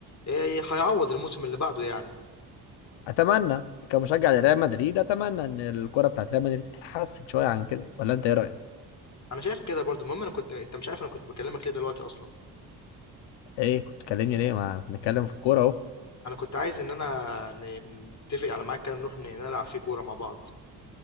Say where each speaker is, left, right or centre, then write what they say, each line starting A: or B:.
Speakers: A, on the left; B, on the left.
A: إيه، هيعوض الموسم اللي بعده يعني،
B: أتمنى كمشجع لريال مدريد أتمنى إن الكرة بتاعت ريال مدريد تتحسن شوية عن كده ولا أنت إيه رأيك؟
A: أنا شايف كده برضو المهم أنا كنت أنت مش عارف أنا كنت بكلمك ليه دلوقتي أصلا.
B: ايه كنت تكلمني ليه ما بنتكلم في الكوره اهو
A: انا كنت عايز ان انا ن- نتفق على ميعاد كده نروح ن- نلعب فيه كوره مع بعض